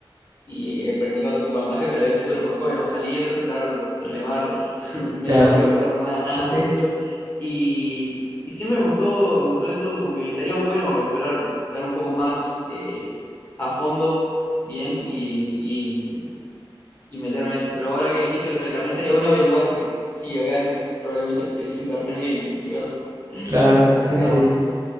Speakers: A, on the left (about 20°); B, on the right (about 35°).
A: Y he practicado tipo canotaje, pero es solo por hobby, no salir, dar, remar <laughs> media
B: Claro,
A: hora y volver, no, nada, nada
B: sí, sí,
A: por el estilo. Y, y siempre me gustó, me gustó eso, como que estaría bueno esperar, esperar un poco más eh, a fondo, bien, y, y- y meterme en eso. Pero ahora que dijiste lo del carnet, estaría bueno averiguar si, si acá es, probablemente precise un carnet y, y ver <laughs>
B: claro,
A: cómo sacarlo.
B: sí, sí.